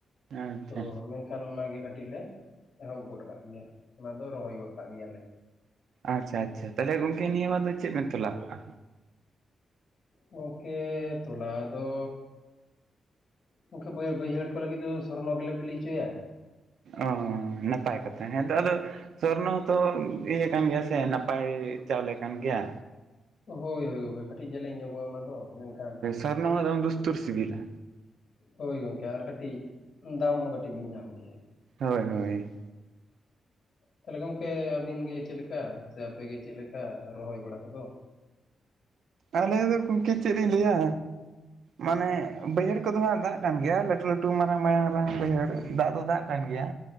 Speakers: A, on the right; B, on the left.
A: ᱟᱪᱪᱷᱟ
B: ᱛᱚ ᱢᱮᱱ ᱮᱱᱠᱷᱟᱱ ᱚᱱᱟ ᱜᱮ ᱠᱟᱹᱴᱤᱡ ᱞᱮ ᱮᱦᱚᱵ ᱜᱚᱫ ᱠᱟᱜ ᱜᱮᱭᱟ᱾ ᱚᱱᱟ ᱫᱚ ᱨᱚᱦᱚᱭ ᱜᱚᱫ ᱠᱟᱜ ᱜᱮᱭᱟᱞᱮ᱾
A: ᱟᱪᱪᱷᱟ, ᱟᱪᱪᱷᱟ ᱛᱟᱦᱞᱮ ᱜᱚᱝᱠᱮ ᱱᱤᱭᱟᱹ ᱵᱟᱨ ᱫᱚ ᱪᱮᱫ ᱵᱮᱱ ᱛᱚᱞᱟ ᱞᱟᱜ-ᱟ?
B: ᱜᱚᱝᱠᱮ ᱛᱚᱞᱟ ᱫᱚ ᱜᱚᱝᱠᱮ ᱵᱟᱹᱭ ᱵᱟᱹᱭᱦᱟᱹᱲ ᱠᱚ ᱞᱟᱹᱜᱤᱫ ᱫᱚ ᱥᱚᱨᱱᱚ ᱜᱮᱞᱮ ᱵᱤᱞᱤ ᱦᱚᱪᱚᱭ-ᱟ᱾
A: ᱚ ᱱᱟᱯᱟᱭ ᱠᱟᱛᱷᱟ ᱦᱮᱸᱛᱚ ᱟᱫᱚ ᱥᱚᱨᱱᱚ ᱦᱚᱛᱚ ᱤᱭᱟᱹ ᱠᱟᱱ ᱜᱮᱭᱟ ᱥᱮ ᱱᱟᱯᱟᱭ ᱪᱟᱣᱞᱮ ᱠᱟᱱ ᱜᱮᱭᱟ᱾
B: ᱦᱳᱭ, ᱦᱳᱭ ᱠᱟᱹᱴᱤᱡ ᱡᱮᱞᱮᱧ ᱧᱚᱜᱚᱜ-ᱟ ᱚᱱᱟ ᱫᱚ ᱢᱮᱱᱠᱷᱟᱱ
A: ᱟᱨ ᱥᱚᱨᱱᱚ ᱦᱚᱸ ᱫᱟᱢ ᱫᱩᱥᱛᱩᱨ ᱥᱤᱵᱤᱞᱟ᱾
B: ᱦᱳᱭ ᱜᱚᱝᱠᱮ ᱟᱨ ᱠᱟᱹᱴᱤᱡ ᱫᱟᱢ ᱦᱚᱸ ᱠᱟᱹᱴᱤᱡ ᱵᱤᱱ ᱧᱟᱢ ᱜᱮᱭᱟ᱾
A: ᱦᱳᱭ, ᱦᱳᱭ᱾
B: ᱛᱟᱦᱞᱮ ᱜᱚᱝᱠᱮ ᱟᱹᱵᱤᱱ ᱜᱮ ᱪᱮᱫᱮ ᱞᱮᱠᱟ ᱥᱮ ᱟᱯᱮᱜ ᱜᱮ ᱪᱮᱫᱮ ᱞᱮᱠᱟ ᱨᱚᱦᱚᱭ ᱵᱟᱲᱟ ᱠᱚᱫᱚ?
A: ᱟᱞᱮ ᱫᱚ ᱜᱚᱢᱠᱮ ᱪᱮᱫ ᱞᱤᱧ ᱞᱟᱹᱭᱼᱟ᱾ ᱢᱟᱱᱮ ᱵᱟᱹᱭᱦᱟᱹᱲ ᱠᱚᱫᱚ ᱦᱜ ᱫᱟᱜ ᱠᱟᱱ ᱜᱮᱭᱟ ᱞᱟᱹᱴᱩ ᱞᱟᱹᱴᱩ ᱢᱟᱨᱟᱝ ᱢᱟᱭᱟᱝ ᱢᱟᱨᱟᱝ ᱵᱟᱹᱭᱦᱟᱹᱲ ᱫᱟᱜ ᱫᱚ ᱫᱟᱜ᱾ ᱠᱟᱱ ᱜᱮᱭᱟ